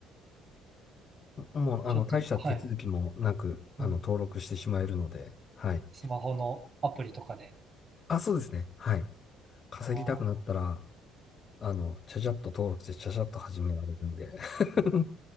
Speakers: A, on the left; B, on the right.
A: もう、
B: ちょっと、
A: あの、大した手続きもなく、
B: はい。
A: あの、
B: うん。
A: 登録してしまえるので、はい。
B: スマホのアプリとかで。
A: あ、そうですね。はい。稼ぎたくなったら、
B: ああ。
A: あの、ちゃちゃっと登録して、ちゃちゃっと始められるんで。<laughs>